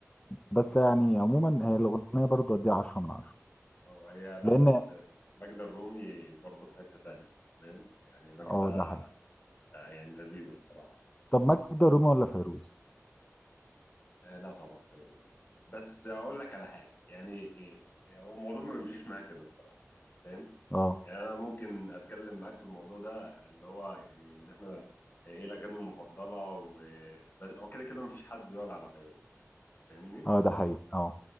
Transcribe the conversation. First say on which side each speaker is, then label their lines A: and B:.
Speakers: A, on the left; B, on the left.
A: بس يعني عموما هي الاغنيه برضو اديها 10 من 10
B: هو هي لا
A: لان
B: بس ماجدة الرومي برضه في حتة تانية فاهم يعني ماجدة
A: اه ده حقيقي
B: آه، يعني لذيذة الصراحة
A: طب ماجدة الرومي ولا فيروز
B: آه لا طبعا فيروز بس أقول لك على حاجة يعني إيه إيه، هو الموضوع ما بيمشيش معايا كده الصراحة فاهم
A: اه
B: يعني أنا ممكن أتكلم معاك في الموضوع ده اللي هو يعني إن إحنا إيه الأغاني المفضلة و بس هو كده كده مفيش حد يقول على فيروز فاهمني
A: اه ده حقيقي اه